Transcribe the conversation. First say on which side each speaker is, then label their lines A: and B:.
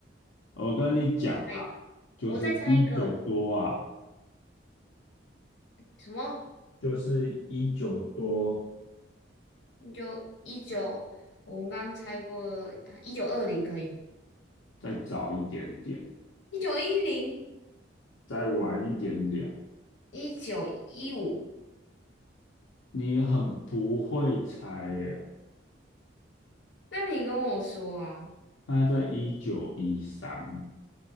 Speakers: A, on the left; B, on the left.
A: 我跟你讲啊，
B: 猜一个，
A: 就是一九多啊，
B: 我再猜一个了。什么？
A: 就是一九多，
B: 你就一九，我们刚刚猜过一九二零可以吗？
A: 再早一点点。
B: 一九一零，
A: 再晚一点点，
B: 一九一五。
A: 你很不会猜耶。
B: 那你跟我说啊，
A: 那在一九一三，